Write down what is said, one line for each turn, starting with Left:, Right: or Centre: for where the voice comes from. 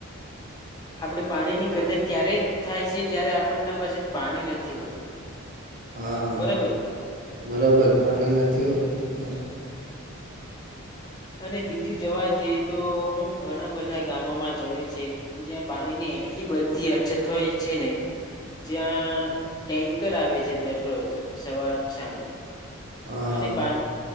Left: આપડે પાણીની કદર ત્યારે જ થાય છે જયારે આપણને પાસે પાણી નથી હોતું.
Right: હા
Left: બરાબર ને
Right: બરોબર પાણી નથી હોતું ત્યારે.
Left: અને બીજું જોવા જઈએ તો હું ઘણા બધા ગામોમાં જોયું છે જ્યાં પાણીની એટલી બધી અછત હોય છે ને જ્યાં ટેન્કર આવે છે દરરોજ સવાર સાંજ.
Right: હા
Left: અને પાણી